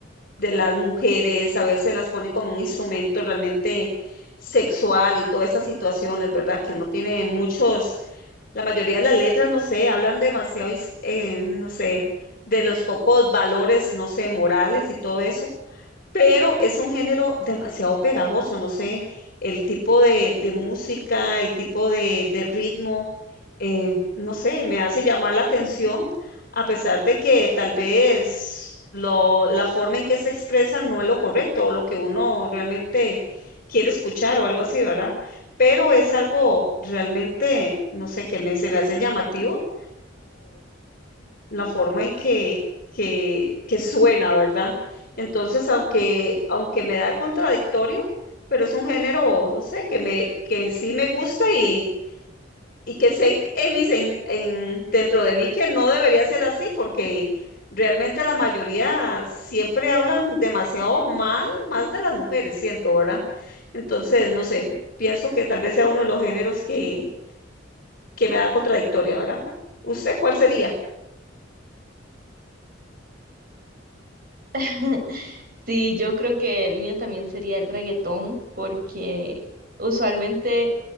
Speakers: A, on the left; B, on the right.
A: de las mujeres, a veces las ponen como un instrumento realmente sexual y todas esas situaciones, ¿verdad? Que no tiene muchos, la mayoría de las letras, no sé, hablan demasiado, is- eh, no sé, de los pocos valores, no sé, morales y todo eso pero es un género demasiado pegajoso, no sé, el tipo de, de música, el tipo de, de ritmo, eh, no sé, me hace llamar la atención, a pesar de que tal vez lo, la forma en que se expresan no es lo correcto o lo que uno realmente quiere escuchar o algo así, ¿verdad? Pero es algo realmente, no sé, que me, se me hace llamativo la forma en que, que, que suena, ¿verdad? Entonces, aunque, aunque me da contradictorio, pero es un género, no sé, que me, que en sí me gusta y, y que sé en mis, en, en- dentro de mí que no debería ser así, porque realmente la mayoría siempre hablan demasiado mal, más de las mujeres, siento, ¿verdad? Entonces, no sé, pienso que tal vez sea uno de los géneros que, que me da contradictoria, ¿verdad? ¿Usted cuál sería?
B: <laughs> Sí, yo creo que el mío también sería el reggaetón, porque usualmente